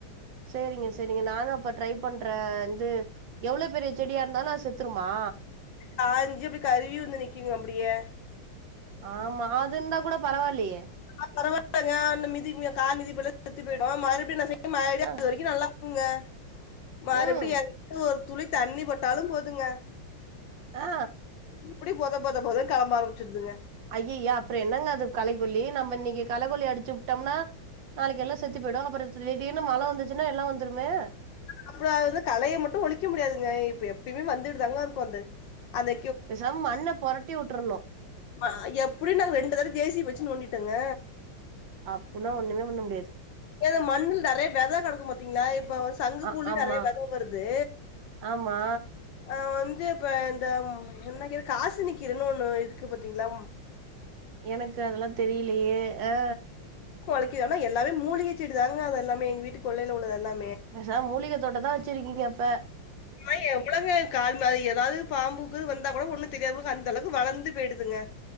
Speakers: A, on the right; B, on the left.
A: சேரிங்க சேரிங்க நானு அப்ப ட்ரை பண்ற வந்து எவ்ளோ பெரிய செடியா இருந்தாலு அது செத்துருமா
B: காஞ்சு அப்டி கருவி வந்து நிக்குங்க அப்டியே
A: ஆமா அதிந்தா கூட பரவால்லயே
B: அ பரவால்லங்க அன மிதி கால் மிதிப்பட்ல செத்து போய்டு மறுபிடியு ன்ன செய்யு மறுடியு
A: ஆ
B: அது வரிக்கு நல்லா குங்க மறுபுடி
A: ம்
B: எங்க ஒரு துளி தண்ணி பட்டாலு போதுங்க
A: ஆ
B: இப்டி போத போத பொதன் கிளம்ப ஆரம்பிச்சுருதுங்க
A: அய்யய்ய அப்ற என்னங்க அது களைக்கொல்லி நம்ம இன்னிக்கி களக்கொல்லி அடிச்சுப்டம்னா நாளைக்கு எல்லா செத்து போய்டு அப்ற திடீர்னு மழ வந்துச்சுனா எல்லா வந்துருமே
B: நம்புளு அது வந்து களைய மட்டு ஒழிக்க முடியாதுங்க இப்ப எப்புயுமே வந்துட்டு தாங்க இருக்கு அந்த அந்த
A: பெச்சாம மண்ண பொரட்டி வுட்ர்ருணு
B: ம எப்டி நாங்க ரெண்டு தடவ ஜே சி பி வச்சு நோண்டிடெங்க
A: அப்புனா ஒண்ணுமே பண்ண முடியாது
B: இதுல மண்ணில் நறைய வெத கெடக்கு பாத்தீங்ளா இப்ப சங்குப்பூலே
A: ஆ ஆமா
B: நறைய வெத வருது
A: ஆமா
B: ஆ வந்து இப்ப இந்த என்ன கே காசினிகீரணு ஒன்னு இருக்கு பாத்தீங்ளா
A: எனக்கு அதுலா தெரியிலியே ஆ
B: இப்ப ஒழைக்கிது ஆன எல்லாமே மூலிக செடி தாங்க அது எல்லாமே எங் வீட்டு கொல்லைல உள்ளது எல்லாமே
A: பெசா மூலிக தோட்டந்தா வச்சிருக்கீங்க அப்ப
B: மாரி எவ்வளங்க கால் மாரி ஏதாவது பாம்புக்கு வந்தா கூட ஒண்ணு தெரியாமங்க அந்த அளவுக்கு வளந்து பெய்டுதுங்க